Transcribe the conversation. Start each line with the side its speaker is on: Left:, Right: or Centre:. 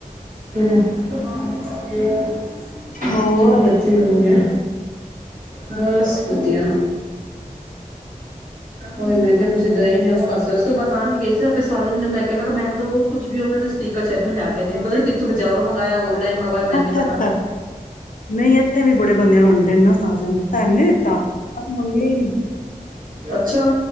Right: ਹੋ ਹਾਂ ਹੋ <inaudible>
Left: ਹੋਰ
Right: ਚਲੋ <unintelligible> ਹੋ ਜੇ। ਬਸ ਵਧੀਆ ਉਹੀ ਮੈਂ ਕਿਹਾ ਤੁਸੀ ਗਏ ਨੇ ਉਸ ਪਾਸੇ ਉਸ ਤੋਂ ਮਕਾਨੀ ਗਏ ਸੀ ਉਥੇ ਸਾਜਨ ਮੈਂ ਕਿਹਾ ਮੈਂ ਕਿਹਾ ਮੈਨੂੰ ਕੁਛ ਵੀ ਉਹ ਮੈਂਨ ਸਪੀਕਰ ਚਾਹੀਦਾ ਮੈਨ ਲਿਆ ਕੇ ਦੇ ਪਤਾ ਨ ਕਿੱਥੋਂ ਬਜ਼ਾਰੋਂ ਮੰਗਾਇਆ ਔਨਲਾਈਨ ਮੰਗਵਾਇਆ ਮੈਨੂੰ
Left: ਅੱਛਾ-ਅੱਛਾ
Right: ਨੀ ਪਤਾ ਫਿਰ
Left: ਨਹੀਂ ਇੱਥੇ ਵੀ ਬੜੇ ਬੰਦਿਆਂ ਨੂੰ ਵੰਡੇ ਨਾ ਸਾਜਨ ਨੇ ਤਾਂਨ ਨੀ ਦਿੱਤਾ ਅਸੀ ਮੰਗੇ ਹੀ ਨੀ
Right: ਅੱਛਾ